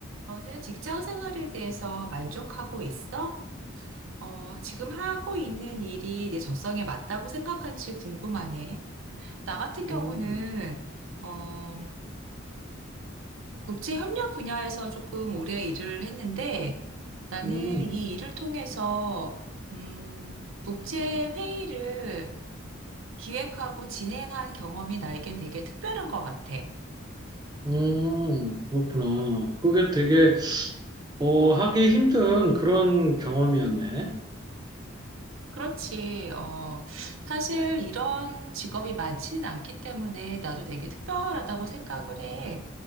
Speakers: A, on the right; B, on the right.
A: 너는 직장 생활에 대해서 만족하고 있어? 어, 지금 하고 있는 일이 내 적성에 맞다고 생각한지 궁금하네. 나 같은 경우는,
B: 음,
A: 어, 국제협력 분야에서 조금 오래 일을 했는데, 나는
B: 음,
A: 이 일을 통해서, 음, 국제회의를 기획하고 진행한 경험이 나에겐 되게 특별한 것 같아.
B: 음, 그렇구나. 그게 되게, 어, 하기 힘든 그런 경험이었네.
A: 그렇지. 어, 사실 이런 직업이 많지는 않기 때문에 나도 되게 특별하다고 생각을 해.